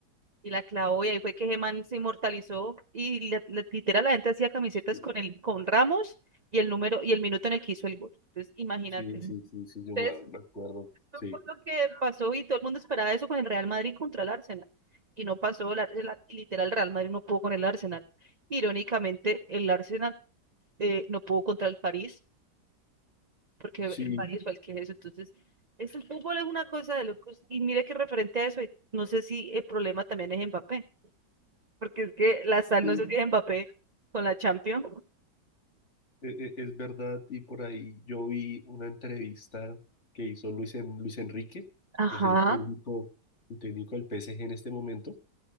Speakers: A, on the right (about 40°); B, on the left (about 40°).
A: y la clavó y ahí fue que Geman se inmortalizó y la- la- literal la gente hacía camisetas
B: Sí,
A: con el, con Ramos y el número y el minuto en el que hizo el gol. Entonces, imagínate.
B: sí, sí, sí, yo
A: Entonces,
B: me, me acuerdo.
A: eso
B: Sí,
A: fue lo que pasó y todo el mundo esperaba eso con el Real Madrid contra el Arsenal. Y no pasó, el Ar- el Ar- literal, el Real Madrid no pudo con el Arsenal. Irónicamente, el Arsenal eh, no pudo contra el París, porque
B: sí,
A: el París fue el que eso. Entonces, es el fútbol es una cosa de locos. Y mire que referente a eso, y no sé si el problema también es Mbappé porque es que la sal
B: sí,
A: no se tiene Mbappé con la Champions.
B: e- e- es verdad. Y por ahí yo vi una entrevista que hizo Luis, En- Luis Enrique,
A: Ajá.
B: que es el técnico, el técnico del PSG en este momento,